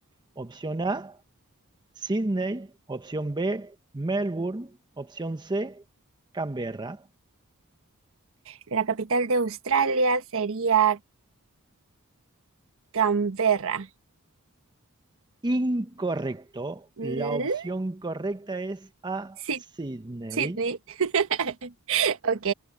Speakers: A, on the right; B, on the right.
A: Opción A, Sydney, opción B, Melbourne, opción C, Canberra.
B: La capital de Australia sería Canberra.
A: Incorrecto,
B: Mm,
A: la opción correcta es A,
B: Sí,
A: Sydney.
B: Sydney. <laughs> Ok.